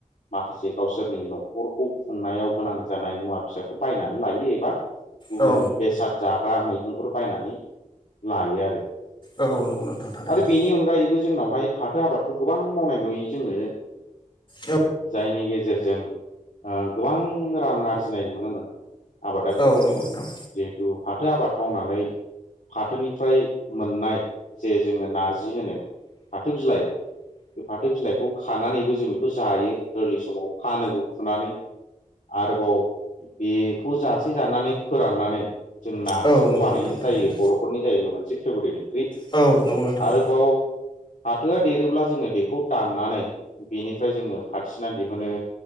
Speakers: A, on the left (about 75°); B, on the left (about 40°).
A: माखासे गावसोरनि नखरखौ खुंनायाव गोनां जानाय मुवा बेसादखौ बायनानै लायो एबा गुबुन
B: औ
A: बेसाद जाग्रा मैगंफोर बायनानै लायो आरो
B: औ नोंगौ नोथां थारैनो
A: आरो बेनि अनगायैबो जोंनावहाय फाथो आबादखौ गोबां मावनाय नुयो जोंङो
B: औ
A: जायनि गेजे गेजेरजों ओ गोबां रां आरजिनाय नुनो मोनो आबादारिफोरखौ
B: औ नंगौ नोंथां
A: जिहेथु फाथो आबाद मावनानै फाथोनिफ्राय मोननाय जे जोंङो नारजि होनो फाथो बिलाइ बे फाथो बिलाइखौ खानानैबो जों बेखौ जायो गोरलै समाव फानोबो फुनानै आरोबाव बेखौ जासे जानानै फोराननानै जों नार
B: औ
A: जिखौ
B: नंगौ
A: बानाय
B: नोंथां
A: जायो
B: थारैनो
A: बरफोरनि जाहै बे मोनसे फेभरेट ओंख्रि
B: औ नंगौ नोंथां
A: आरोबाव फाथोआ देरोब्ला जोंङो बेखौ दाननानै बेनिफ्राय जोंङो फाथिना दिहुनो